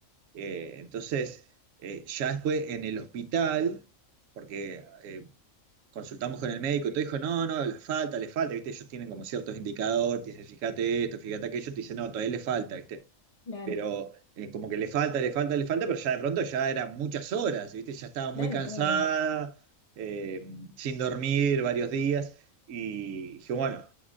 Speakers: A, on the right; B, on the left.
A: Eh, entonces, eh, ya después en el hospital, porque eh, consultamos con el médico y todo, dijo, no, no, le falta, le falta, ¿viste? Ellos tienen como ciertos indicadores, te dicen, fíjate esto, fíjate aquello, te dicen, no, todavía le falta, ¿viste?
B: Claro,
A: pero eh, como que le falta, le falta, le falta, pero ya de pronto ya eran muchas horas, ¿viste? Ya estaba
B: claro,
A: muy cansada,
B: pobre.
A: eh, sin dormir varios días, y dije, bueno,